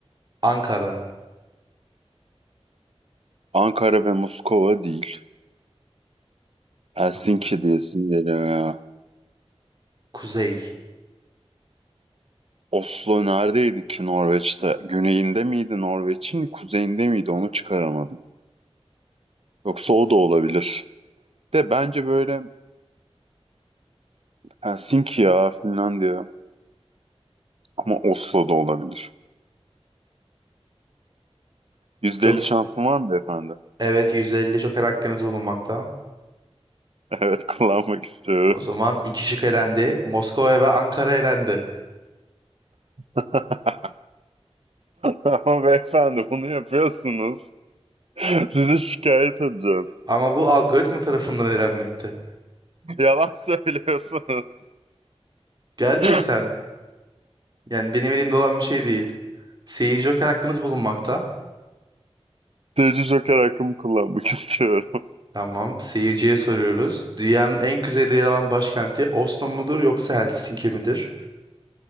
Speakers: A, on the right (about 40°); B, on the right (about 65°).
A: Ankara.
B: Ankara ve Moskova değil. Helsinki
A: Tamam.
B: diyesim geliyor ya.
A: Kuzey.
B: Oslo neredeydi ki Norveç'te? Güneyinde miydi Norveç'in, kuzeyinde miydi? Onu çıkaramadım. Yoksa o da olabilir. De bence böyle Helsinki ya, Finlandiya. Ama Oslo da olabilir. %50
A: Çok
B: şansın var mı beyefendi?
A: evet 150 joker hakkınız bulunmakta.
B: <laughs> Evet, kullanmak istiyorum.
A: O zaman iki şık elendi. Moskova ve Ankara elendi.
B: <laughs> Ama beyefendi bunu yapıyorsunuz. Sizi şikayet edeceğim.
A: Ama bu algoritma tarafından elenmekte.
B: Yalan söylüyorsunuz.
A: Gerçekten.
B: <laughs>
A: Yani benim elimde olan bir şey değil. Seyir joker hakkınız bulunmakta.
B: Tecrü Joker hakkımı kullanmak istiyorum. <laughs>
A: Tamam. Seyirciye soruyoruz. Dünyanın en kuzeyde yer alan başkenti Oslo mudur yoksa Helsinki midir?